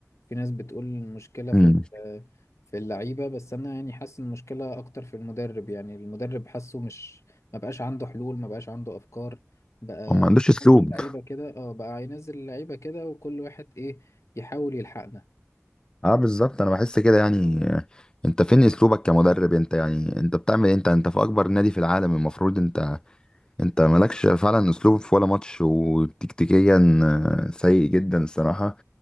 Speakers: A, on the left; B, on the left.
A: في ناس بتقول المشكلة في
B: امم
A: ال- آه، في اللعيبة بس أنا يعني حاسس إن المشكلة أكتر في المدرب يعني المدرب حاسه مش ما بقاش عنده حلول ما بقاش عنده أفكار بقى
B: هو ما عندوش اسلوب
A: ينزل اللعيبة كده اه بقى ينزل اللعيبة كده وكل واحد إيه يحاول يلحقنا
B: اه بالظبط انا بحس كده يعني آه، انت فين اسلوبك كمدرب انت يعني انت بتعمل إيه؟ انت انت في اكبر نادي في العالم المفروض انت انت مالكش فعلا اسلوب في ولا ماتش وتكتيكيا آه، سيء جدا الصراحه